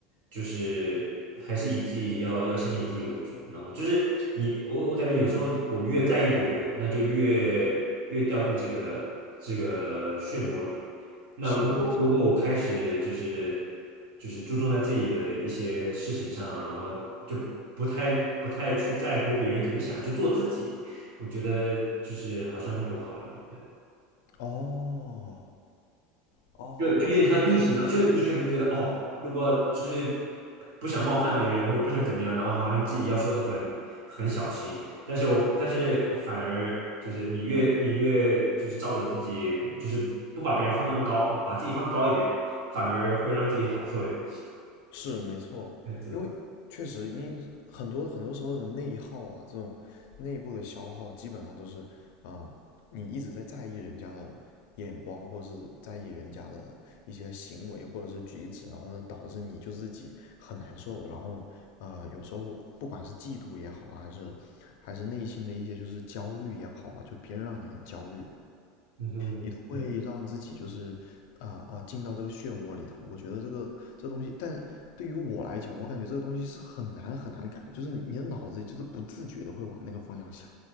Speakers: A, on the right; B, on the left.
A: 就是还是以自己要要先以自己为主。然后就是你，我我感觉有时候我越在意别人，那就越越掉进这个这个漩涡里。那如果如果我开始就是
B: 是，没错。
A: 就是注重在自己的一些事情上，然后就不太不太去在乎别人怎么想，就做自己，我觉得就是好像会有好一点。对。
B: 哦，哦，
A: 就就有点像逆袭呢，
B: 我觉得是的。
A: 就是你可能觉得哦，如果就是不想冒犯别人或者不想怎么样，然后好像自己要说的很很小心，但是我但是反而就是你越你越就是照着自己，就是不把别人放那么高，把自己放高一点，反而会让自己好受一点。
B: 是没错，
A: <laughs> 这种，
B: 因为确实因很多很多时候的内耗啊，这种内部的消耗，基本上都是，嗯，你一直在在意人家的眼光，或是在意人家的一些行为或者是举止，然后呢，导致你就自己很难受，然后呃，有时候不管是嫉妒也好啊，还是还是内心的一些就是焦虑也好啊，就别人让你很焦虑，
A: 嗯哼，
B: 你都会让自己就是啊啊、
A: 对，
B: 进到这个漩涡里头。我觉得这个这东西，但对于我来讲，我感觉这个东西是很难很难改，就是你的脑子就是不自觉的会往那个方向想。